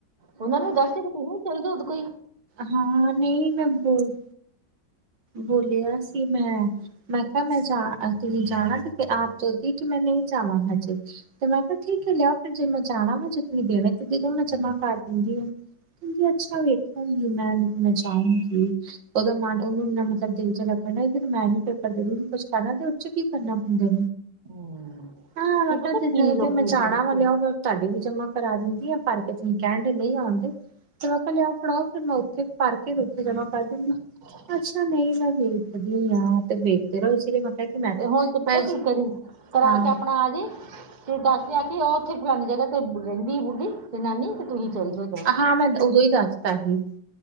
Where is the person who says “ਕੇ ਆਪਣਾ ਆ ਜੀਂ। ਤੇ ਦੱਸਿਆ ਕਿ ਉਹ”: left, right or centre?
Right